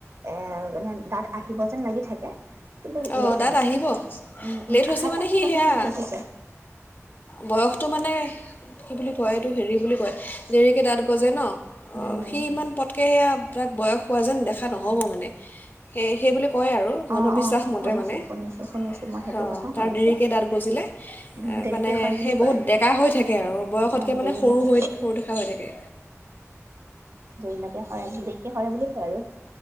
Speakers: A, on the right; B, on the left.
A: এ মানে দাঁত আহিব যেন লাগি থাকে। কিন্তু
B: অ',
A: লেট
B: দাত
A: হৈছে
B: আহিব
A: উম, উম,
B: লেট হৈছে
A: আহাত
B: মানে
A: আহিব
B: সি সেয়া
A: কিন্তু বহুত লেট হৈছে।
B: বয়সটো মানে কি বুলি কয় এইটো হেৰি বুলি কয় দেৰিকে দাঁত গজে ন'।
A: উম,
B: অ', সি ইমান পটকে সেয়া আপোনাক বয়স হোৱা যেন দেখা উথা নহ'ব মানে সে সেই বুলি কয় আৰু জনবিশ্বাস
A: অ', অ', শুনিছোঁ
B: মানে অ',
A: শুনিছোঁ শুনিছোঁ মই সেইটো কথাও
B: তাৰ
A: শুনিছোঁ।
B: দেৰিকৈ দাঁত গজিলে
A: উম, দেৰিকে
B: মানে
A: সৰে বুলি
B: সেই বহুত
A: কয়
B: ডেকা হৈ থাকে আৰু বয়সতকৈ
A: অ',
B: মানে
A: দেৰিলৈকে
B: সৰু হৈ সৰু ডেকা হৈ থাকে।
A: যিলকে সৰাকে সৰা বুলি কয় আৰু